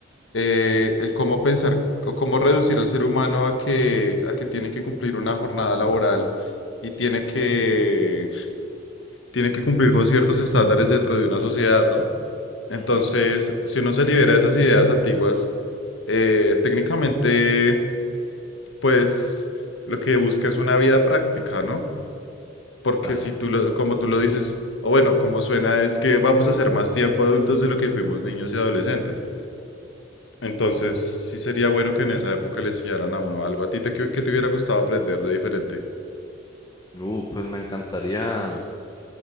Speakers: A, on the left; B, on the left.
A: Eh, el cómo pensar o cómo reducir al ser humano a que, a que tiene que cumplir una jornada laboral y tiene que, tiene que cumplir con ciertos estándares dentro de una sociedad, ¿no? Entonces,
B: Ujú,
A: si uno se libera de esas ideas antiguas, eh, técnicamente pues lo que busca es una vida práctica, ¿no? Porque
B: claro.
A: si tú lo, como tú lo dices, o bueno, como suena es que vamos a ser más tiempo adultos de lo que fuimos niños y adolescentes. Entonces, sí sería bueno que en esa época le enseñaran a uno algo a ti te, que, te hubiera gustado aprender de diferente.
B: Uh, pues me encantaría